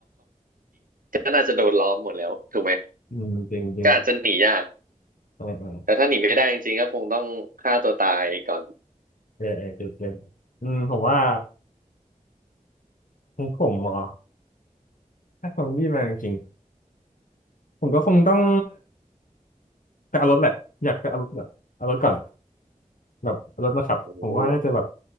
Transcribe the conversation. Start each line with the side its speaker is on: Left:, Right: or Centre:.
Right: ก็น่าจะโดนล้อมหมดแล้วถูกไหม
Left: อืมจริงจริง
Right: ก็อาจจะหนียาก
Left: เออเออ
Right: แต่ถ้าหนีไม่ได้จริงๆก็คงต้องฆ่าตัวตายก่อน
Left: เออเออเจ็ิเจ็ิอืมผมว่าของผมเหรอถ้าซอมบี้มาจริงๆผมก็คงต้องไปเอารถแหละอยากไปเอารถเหรอเอารถก่อน แบบรถมาขับผมว่าน่าจะแบบ
Right: อืม